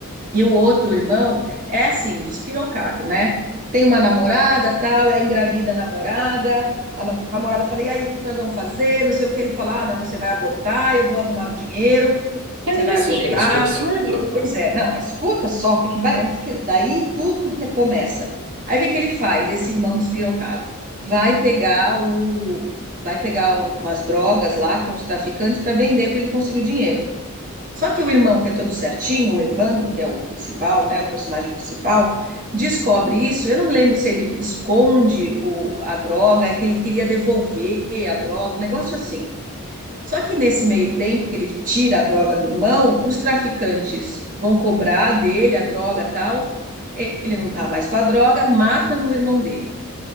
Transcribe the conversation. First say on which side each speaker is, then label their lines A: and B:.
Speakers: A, on the right; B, on the right.
A: E o outro irmão é assim, despirocado, né? Tem uma namorada, tal, é engravida a namorada. A namorada fala: "E aí, o que que nós vamos fazer?" Não sei o que ele fala: "Ah, não, você vai abortar, eu vou arrumar o dinheiro,
B: Que
A: você
B: é
A: vai
B: isso,
A: abortar".
B: gente? Que absurdo!
A: Pois é, não, mas escuta só o que que vai, o que que- daí tudo que começa. Aí o que que ele faz, esse irmão despirocado? Vai pegar o vai pegar o- umas drogas lá com os traficantes para vender para ele conseguir o dinheiro. Só que o irmão, que é todo certinho, o Evandro, que é o principal, né, o personagem principal, descobre isso. Eu não me lembro se ele esconde o, a droga, que ele queria devolver a droga, um negócio assim. Só que nesse meio tempo que ele tira a droga do irmão, os traficantes vão cobrar dele a droga e tal. Ele não está mais com a droga, matam o irmão dele.